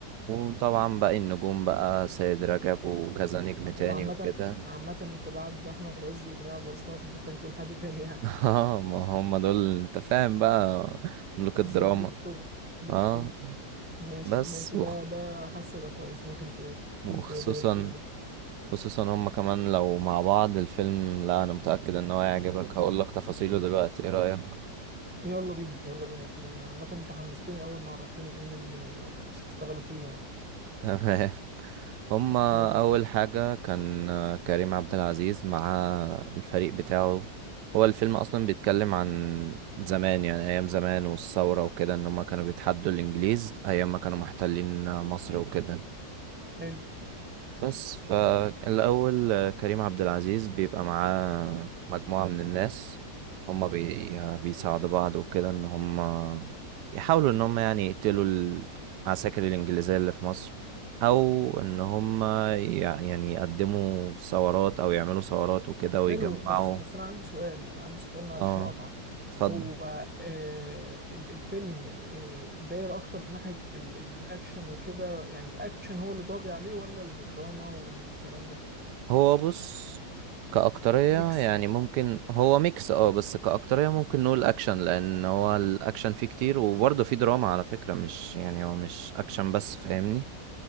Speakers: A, on the right; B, in the centre.
A: وطبعا باقي النجوم بقى سيد رجب وكذا نجم تاني
B: هو عامه
A: وكده
B: عامه
A: <laughs>
B: انت بعد احمد عز وكريم عبد العزيز خلاص مش محتاج تقول حد تاني يعني
A: اه ما هم دول انت فاهم بقى ملوك
B: بالظبط
A: الدراما
B: دول التوب دول
A: اه
B: التوب ماشي
A: بس
B: ماشي
A: وخ...
B: ده ده حاسه يبقى كويس ممكن ت- تحكي
A: وخصوصا
B: لي كده داير في ايه ده
A: خصوصا هم كمان لو مع بعض الفيلم لا انا متأكد ان هو هيعجبك هقول لك تفاصيله دلوقتي ايه رأيك <laughs>
B: يلا بينا يلا بينا اكيد انا عامه انت حمستني اول ما عرفتني مين اللي اشتغلوا فيه يعني
A: تمام هما
B: يلا بينا.
A: أول حاجة كان آه، كريم عبد العزيز مع الفريق بتاعه هو الفيلم أصلا بيتكلم عن زمان يعني أيام زمان والثورة وكده إن هما كانوا بيتحدوا الإنجليز أيام ما كانوا محتلين مصر وكده
B: حلو
A: بس فالأول آه، كريم عبد العزيز بيبقى معاه مجموعة من الناس هما بي... آه، بيساعدوا بعض وكده إن هما يحاولوا إن هما يعني يقتلوا العساكر الإنجليزية اللي في مصر أو إن هما ي- يعني يقدموا ثورات أو يعملوا ثورات وكده ويجمعوا
B: حلو بس بس انا عندي سؤال انا عندي سؤال معلش
A: اه
B: هقطعك
A: اتفضل
B: هو آه ال- الفيلم آه داير اكتر ناحية ال- الاكشن وكده يعني الاكشن هو اللي طاغي عليه ولا الدراما والكلام ده
A: هو بص كأكترية
B: ميكس
A: يعني ممكن هو ميكس اه بس كأكترية ممكن نقول أكشن لأن هو الأكشن فيه كتير وبرضه فيه دراما على فكرة مش يعني هو مش أكشن بس فاهمني